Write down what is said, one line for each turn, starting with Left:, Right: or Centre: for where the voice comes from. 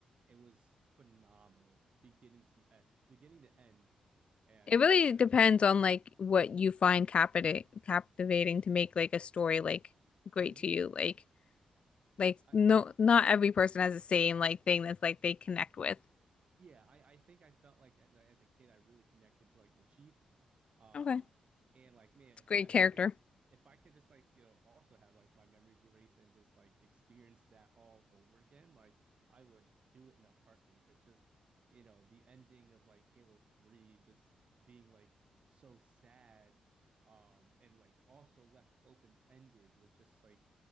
Right: it was phenomenal, beginning to e- beginning to end, and
Left: It really
Right: that that
Left: depends on like what you find capti captivating to make like a story like great
Right: hmm
Left: to you. Like Like
Right: I
Left: no, not every person has the same like thing that's like they connect with.
Right: yeah, I, I think I felt like uh, as a kid I really connected to like the chief, um,
Left: Okay,
Right: and like man,
Left: it's
Right: if
Left: a great
Right: if
Left: character.
Right: I could if I could just like you know also have like my memories erased and just like experience that all over again, like I would do it in a heartbeat because just you know the ending of like Halo Three just being like so sad um and like also left open ended was just like